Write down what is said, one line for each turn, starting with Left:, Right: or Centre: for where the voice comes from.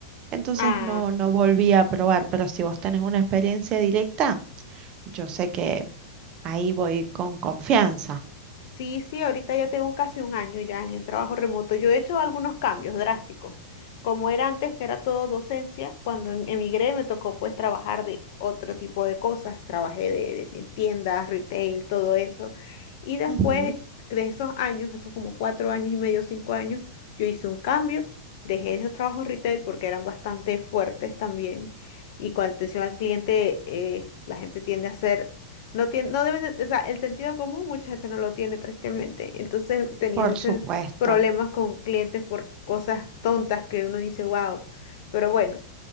Right: Entonces
Left: ah,
Right: no, no volví a probar, pero si vos tenés una experiencia directa, yo sé que ahí voy con confianza.
Left: Sí, sí, ahorita ya tengo casi un año ya en el trabajo remoto. Yo he hecho algunos cambios drásticos. Como era antes, que era todo docencia, cuando em- emigré me tocó pues trabajar de otro tipo de cosas. Trabajé de, de- en tiendas, retail, todo eso. Y después
Right: Ujú,
Left: de esos años, esos como cuatro años y medio, cinco años, yo hice un cambio. Dejé esos trabajos retail porque eran bastante fuertes también. Y con atención al cliente, eh, la gente tiende a ser no tiene, no deben de- o sea, el sentido común mucha gente no lo tiene, tristemente. Entonces tenía
Right: por
Left: muchos
Right: supuesto,
Left: problemas con clientes por cosas tontas que uno dice, wow. Pero bueno,